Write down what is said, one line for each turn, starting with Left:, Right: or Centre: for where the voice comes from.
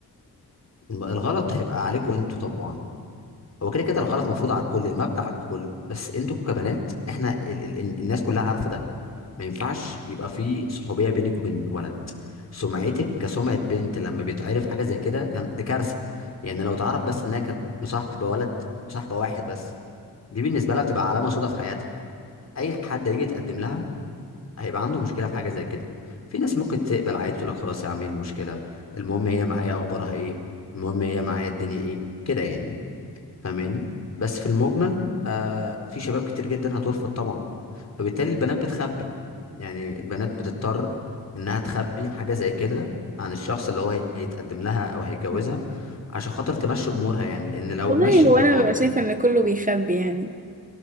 Left: الغلط هيبقى عليكم انتوا طبعا هو كده كده الغلط مفروض على الكل المبدأ على الكل بس انتوا كبنات احنا ال... ال... الناس كلها عارفه ده ما ينفعش يبقى في صحوبيه بينك وبين ولد سمعتك كسمعه بنت لما بيتعرف حاجه زي كده يعني دي كارثه يعني لو اتعرف بس انها كانت مصاحبه ولد مصاحبه واحد بس دي بالنسبه لها بتبقى علامه سودا في حياتها اي حد هيجي يتقدم لها هيبقى عنده مشكله في حاجه زي كده في ناس ممكن تقبل عادي تقول لك خلاص يا عم ايه المشكله المهم هي معايا اخبارها ايه المهم هي معايا الدنيا ايه كده يعني فاهماني بس في المجمل آه في شباب كتير جدا هترفض طبعا فبالتالي البنات بتخبي يعني البنات بتضطر انها تخبي حاجة زي كده عن الشخص اللي هو هيتقدم لها او هيتجوزها
Right: مم.
Left: عشان خاطر تمشي امورها يعني لان لو
Right: والله
Left: مشيت
Right: هو
Left: بالموضوع
Right: انا ببقى شايفه ان كله بيخبي يعني